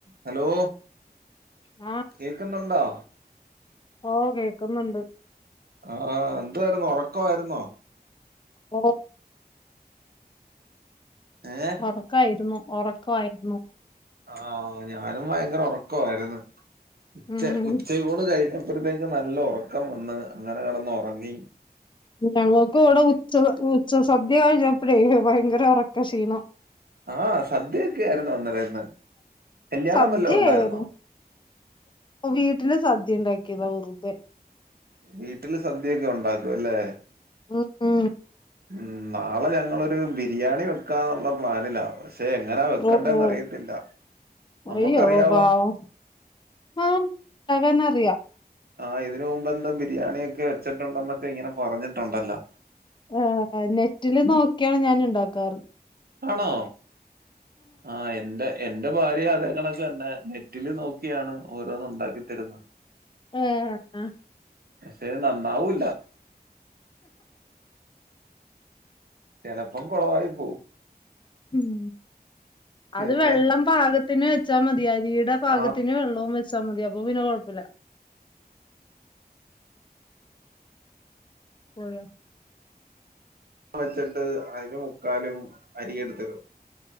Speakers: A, on the right; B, on the left.
A: Hello
B: ആഹ്
A: കേക്കുന്നുണ്ടോ?
B: ഓഹ് കേക്കുന്നുണ്ട്
A: ആഹ് എന്തുവായിരുന്നു ഒറക്കവായിരുന്നൊ?
B: ഓഹ്
A: ഏഹ്
B: റക്കായിരുന്നു ഒറക്കായിരുന്നു
A: ആഹ് ഞാനും ഭയങ്കര ഒറക്കവായിരുന്നു ഉച്ച
B: ഉം
A: ഉച്ചയൂണ് കഴിഞ്ഞ അപ്പഴ്ത്തേക്ക് നല്ല ഒറക്കംവന്ന് അങ്ങനെ കെടന്ന് ഒറങ്ങി
B: ഞങ്ങൾക്ക് ഇവിടെ ഉച്ച ഉച്ച സദ്യ കഴിഞ പ്പഴേ ഭയങ്കര ഇറക്ക ക്ഷീണം
A: ആഹ് സദ്യക്കെ ആയിരുന്നോ ഇന്നലെ ഇന്ന് കല്യാണം
B: സദ്യയേര്ന്നു
A: വല്ലോം ഉണ്ടായിരുന്നോ
B: വീട്ടില് സദ്യണ്ടാക്കിയതാ വെർതെ
A: വീട്ടില് സദ്യ ക്കെ ഉണ്ടാക്കും അല്ലേ?
B: ഉം
A: ഉം നാളെ ഞങ്ങളൊരു ബിരിയാണി വെക്കാന്നുള്ള പ്ലാനിലാ പക്ഷെ എങ്ങനാ വെക്കണ്ടെന്നറിയത്തില്ല
B: ഓ ഓ
A: നമ്മുക്കറിയാവോ?
B: അയ്യോ പാവം ആഹ് ണ്ടാക്കാനറിയാം
A: ആഹ് ഇതിന് മുമ്പെന്തോ ബിരിയാണിയൊക്കെ വെച്ചിട്ടുണ്ടെന്നൊക്കെ ഇങ്ങനെ പറഞ്ഞിട്ടുണ്ടല്ലോ
B: ആഹ് നെറ്റില് നോക്കിയാണ് ഞാനിണ്ടാക്കാറ്
A: ആണോ ആഹ്എന്റെ എന്റെ ഭാര്യ അതെ കണക്ക്തന്നെ നെറ്റില് നോക്കിയാണ് ഓരോന്നുണ്ടാക്കിത്തരുന്നത്
B: ആഹ് അ
A: പക്ഷെ നന്നാവൂല്ല ചെലപ്പം കൊളവായി പോവും
B: ഉം
A: പിന്നെ
B: അത് വെള്ളം പാകത്തിന് വെച്ചാ മതി അരീ ടെ പാകത്തി
A: ആ
B: ത്തിന് വെള്ളോം വെച്ചാ മതി അപ്പൊ പിന്നെ കൊഴപ്പല്ല പോയോ
A: ള്ളം വെച്ചിട്ട് അയ്ല് മുക്കാലും അരിയെടുത്തിടും